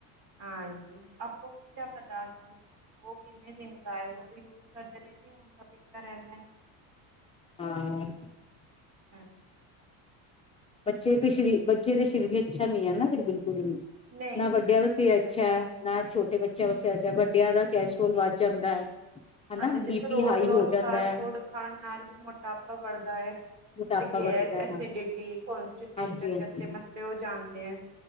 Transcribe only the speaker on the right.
ਹਾਂਜੀ ਆਪਕੋ ਕਯਾ ਪਤਾ ਕੀ ਵੋ ਕਿੰਤਨੇ ਦਿਨ ਕਾ ਐ ਵੋ ਤੋ ਯੂਜ ਕਰਤੇ ਰੈਤੇ ਉਨਕਾ ਬਿਕਤਾ ਰੈਤਾ।
ਨਹੀਂ।
ਨਹੀਂ
ਜੀ ਬੱਚੇ
ਤਾਂ
ਸਹੀ
ਹਾਂਜੀ ਦੇਖੋ
ਰੋਜ਼-ਰੋਜ਼
ਫਾਸਟ
ਫੂਡ ਖਾਣ ਨਾਲ ਵੀ ਮੋਟਾਪਾ ਬੜਦਾ ਏ।
ਤੇ ਗੈਸ
ਐਸੀ
ਡੀਟੀ ਹੋਰ ਜੇ ਪੇਸ਼
ਕਸ-ਕਸ
ਕੇ ਮਸਲੇ ਓ ਜਾਣਦੇ ਐ